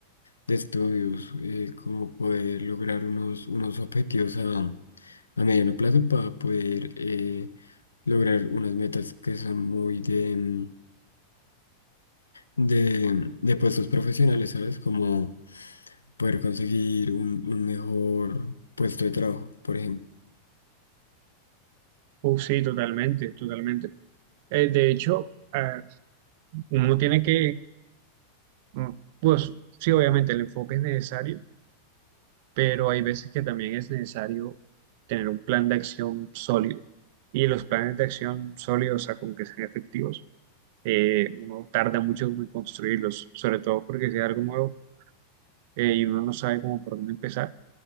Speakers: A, on the left (about 75°); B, on the right (about 50°).
A: de estudios, eh, como poder lograr unos, unos objetivos a, a mediano plazo para poder eh, lograr unas metas que son muy de... de, de puestos profesionales, ¿sabes? Como poder conseguir un, un mejor puesto de trabajo, por ejemplo.
B: Uh, sí, totalmente, totalmente. Eh, de hecho, ah, uno tiene que, mm, pues sí, obviamente el enfoque es necesario, pero hay veces que también es necesario tener un plan de acción sólido. Y los planes de acción sólidos, o sea, como que sean efectivos, eh, uno tarda mucho en construirlos, sobre todo porque si es algo nuevo eh, y uno no sabe cómo por dónde empezar,